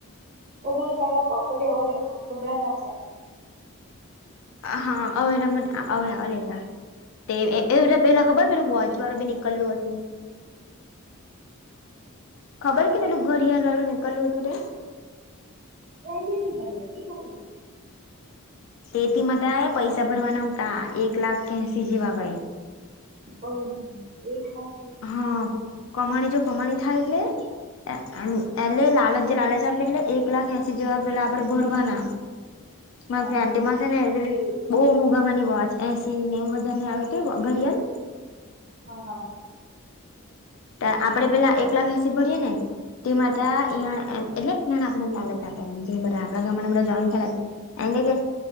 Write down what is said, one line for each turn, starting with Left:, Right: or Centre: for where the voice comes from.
Right: તો મને તારા પ્રોપરલી અવાજ સંભળાતા છે.
Left: હા અવે અવે <unintelligible> તે એવ તે પેલા
Right: એ
Left: ખબર પેલુ વોચ વાળું બી નીકળલું હતું. ખબર કે પેલું ઘડિયાળ વાળું નીકલું હતું તે.
Right: યાદી ની મલે, એહુ.
Left: તેતી મતાએ પૈસા ભરવાના આવતા, એક લાખ કે એહસી જેવા ભાઈ.
Right: ઓવ! એક લાખ એ
Left: હ પ, કમાણી જો કમાણી થાય એટલે! એ આણું એલે લાલચ જે લાલચ આપે એટલે, એક લાખ એહસી જેવા પેલા આપડે ભરવાના. ના
Right: હા
Left: પ્રાન. તેમાંસે ને પેલી બો મોઘામાની વોચ એસી નેવ હજાર ની આવે તે ઘડિયાલ.
Right: હ હા.
Left: એ આપડે પેલા એક લાખ એસી ભરીએ ને તે માટે ઈયા એટલે એને આપણે લલટ આપે એન કે આપડા ગામ બઘા જોઈન થેલા એમ કે